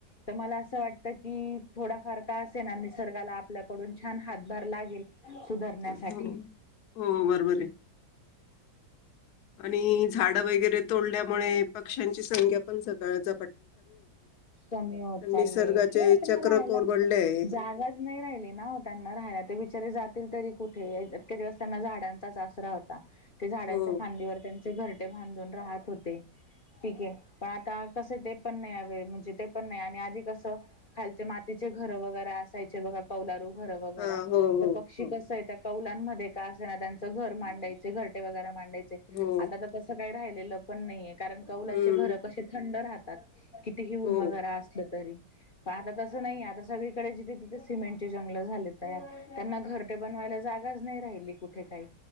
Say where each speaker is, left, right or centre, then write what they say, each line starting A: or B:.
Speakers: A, on the left; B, on the left.
A: तर मला असं वाटतं की थोडाफार का असे ना निसर्गाला आपल्याकडून छान हातभार लागेल सुधारण्यासाठी
B: हो हो बरोबर आहे आणि झाड वगैरे तोडल्यामुळे पक्ष्यांची संख्या पण सकाळच
A: कमी होत चालले
B: निसर्गाचे
A: त्यांना
B: चक्र
A: राहायला
B: कोरबडले आहे.
A: जागाच नाही राहिली ना हो त्यांना राहायला ते बिचारे जात तरी कुठे इतक्या दिवसताना झाडांचाच आसरा होता ते झाडांच्या
B: हो
A: फांदीवर त्यां घरटे बांधून राहत होते ठीके पण आता कसे ते पण नाही हवे म्हणजे ते पण नाही आणि आधी कसं खालचे मातीचे घर वगैरे असायचे बघा कौलारू र वग
B: हा हो हो
A: तर पक्षी
B: हो
A: कसं आहे त्या काला ध्ये का असे ना त्यांचं घर मांडायचे घरटेगरे मांड आता
B: हो
A: तसं काय लं पण नाही कारण कौलाचे
B: हम्म
A: घर कसे थंड राहतात किती हि ऊन
B: हो
A: वगैरे असलं तरी पण आता तसं नाही आता सगळीकडे जिथे तिथे सिमेंटची जंगल झाले तयार त्यांना घरटे बनवायला जागाच नाही राहिली कुठे काही